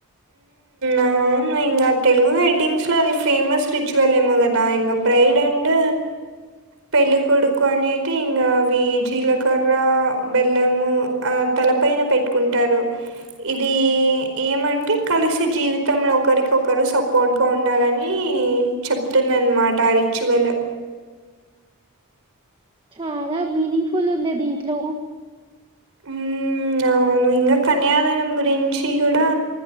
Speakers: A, on the right; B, on the right.
A: ఉమ్ నా ఇంకా తెలుగు వెడ్డింగ్స్లో అది ఫేమస్ రిచ్యువల్ ఏమో కదా ఇంకా బ్రైడ్ అండ్ పెళ్లి కొడుకు అనేది ఇంకా అవి జీలకర్ర బెల్లము ఆ తలపైన పెట్టుకుంటారు ఇది ఏమంట్ అంటే కలిసి జీవితంలో ఒకరిక ఒకరు సపోర్ట్ గా ఉండాలి అని చెప్తే టుందన్నమాట రిచ్యువల్
B: చాలా మీనింగ్ ఫుల్ ఉందే దీంట్లో
A: ఉమ్ అవునా నువ్ ఇంకా కన్యాదానం గురించి కూడా